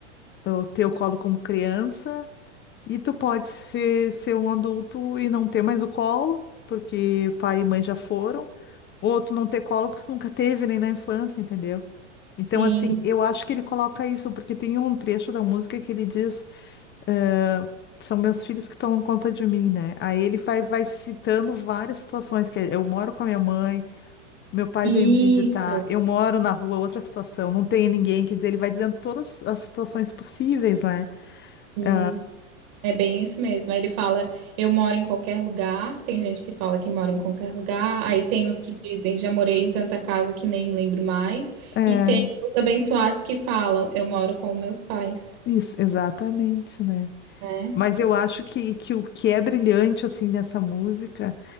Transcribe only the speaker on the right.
Sim,
isso,
sim,
é bem isso mesmo. Aí ele fala, eu moro em qualquer lugar, tem gente que fala que mora em qualquer lugar, aí tem os que dizem, já morei em tanta casa que nem me lembro mais,
e tem os abençoados que falam, eu moro com meus pais,
né?